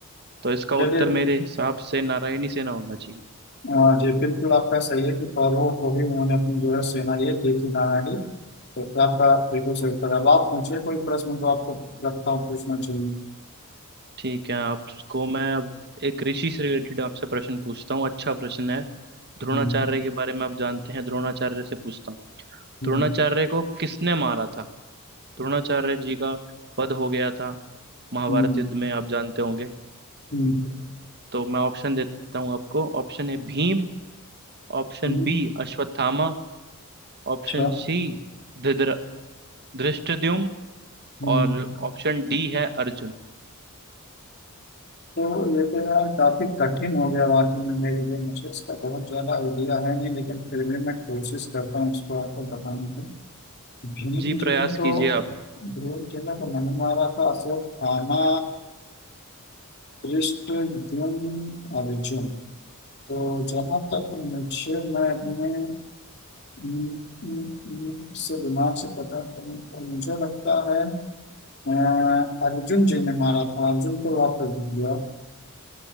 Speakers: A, on the right; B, on the left.
A: तो इसका
B: चलिए
A: उत्तर मेरे हिसाब से नारायणी सेना होना चाहिए
B: हाँ जी बिल्कुल आपका सही है कि कौरवों को भी उन्होंने अपनी जो है सेना ये दी थी नारायणी तो आपका बिल्कुल सही उत्तर है। अब आप मुझे कोई प्रश्न जो आपको लगता हूँ पूछना चाहिए
A: ठीक है आपको मैं अब एक ऋषि से रिलेटेड आपसे प्रश्न पूछता हूँ अच्छा प्रश्न है द्रोणाचार्य
B: हम्म,
A: के बारे में आप जानते हैं द्रोणाचार्य से पूछता हूँ
B: हम्म,
A: द्रोणाचार्य को किसने मारा था द्रोणाचार्य जी का वध हो गया था महाभारत
B: हम्म,
A: युद्ध में आप जानते होंगे
B: हम्म,
A: तो मैं ऑप्शन देता हूँ आपको Option A Bhim option
B: हम्म,
A: B Ashwatthama
B: अच्छा
A: option C धृतर- धृष्टद्युम्न
B: हम्म,
A: और ऑप्शन डी है अर्जुन
B: तो ये तो यार काफी कठिन हो गया वाकई में मेरे लिए मुझे इसका बहुत ज्यादा आइडिया है नहीं लेकिन फिर भी मैं कोशिश करता हूँ इसको आपको बताने की भीम
A: जी प्रयास
B: जी ने
A: कीजिए
B: तो
A: आप
B: भीम जी ने तो नहीं मारा था सिर्फ खाना कृष्ण अर्जुन अर्जुन तो जहाँ तक मुझे मैं अपने उम, उम, उम, से दिमाग से पता करूँ तो मुझे लगता है अ, अर्जुन जी ने मारा था अर्जुन को वापस दिया